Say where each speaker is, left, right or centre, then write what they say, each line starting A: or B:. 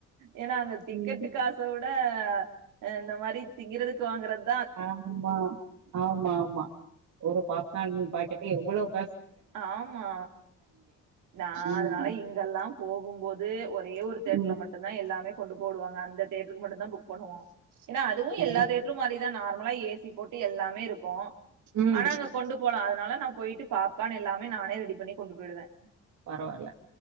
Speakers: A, on the right (about 85°); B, on the right (about 70°).
A: ஏன்னா அங்க டிக்கெட்டு
B: ம்
A: காசவிட ஆ ஆ, இந்த மாரி திங்குறதுக்கு வாங்குறது
B: ஆம்மா ஆம்மா ஆம்மா ஒரு பாப்கான் பாக்கட்டே <unintelligible>
A: ஆமா நான்
B: ம்
A: அதனால இங்கெல்லாம் போகும் போது ஒரே ஒரு தேட்டர்ல
B: ம்
A: மட்தான் எல்லாமே கொண்டு போ விடுவாங்க அந்த தேட்டருக்கு மட்டுதான் புக் பண்ணுவோம் ஏன்னா அதுவும் எல்லா
B: ஏன்?
A: தேட்டரு மாரிதான் நார்மல் மலா ஏசி போட்டு எல்லாமே இருக்கு
B: ம்
A: ஆனா அங்க கொண்டு போல அதனால நான் போயிட்டு பாப் க்கான் எல்லாம நானே ரெடி பண்ணி கொண்டு போயிடுவேன்
B: பரவால்ல